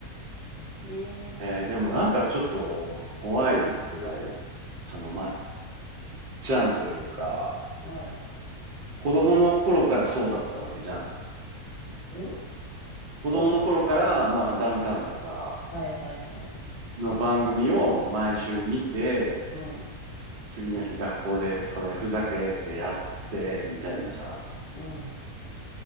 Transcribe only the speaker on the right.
えーでもなんかちょっと怖いぐらい、そのマじゃんというか、
子供の頃からそうだったわけじゃん。
子供の頃から、
まあ、ダウンタウンとか
の番組を毎週見て、
次の日学校でそれふざけてやって、みたいなさ。